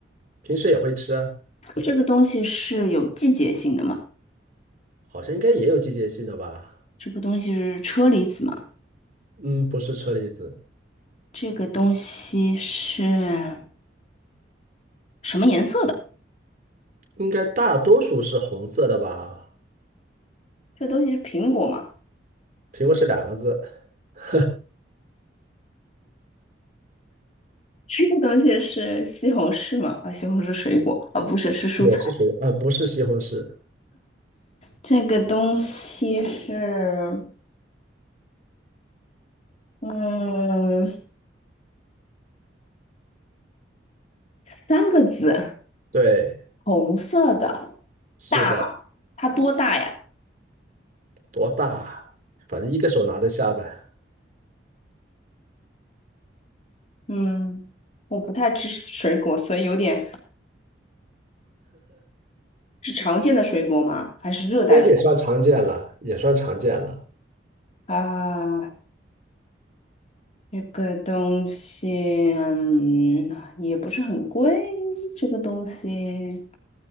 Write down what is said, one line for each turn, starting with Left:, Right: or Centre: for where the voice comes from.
Right: 平时也会吃啊，
Left: 这个东西是有季节性的吗？
Right: 好像应该也有季节性的吧。
Left: 这个东西是车厘子吗？
Right: 嗯，不是车厘子，
Left: 这个东西是什么颜色的？
Right: 应该大多数是红色的吧？
Left: 这东西是苹果吗？
Right: 苹果是两个字，<laughs>
Left: <laughs> 这个东西是西红柿吗？啊，西红柿水果啊，不是，是蔬菜。
Right: 也是水，啊，不是西红柿，
Left: 这个东西是，嗯，三个字，
Right: 对，
Left: 红色的，
Right: 是的，
Left: 大吗？它多大呀？
Right: 多大？反正一个手拿得下呗，
Left: 嗯，我不太吃水果，所以有点，是常见的水果吗？还是热带水
Right: 应该是也算常见了，也算常见了。
Left: 啊？这个东西，嗯，也不是很贵。这个东西，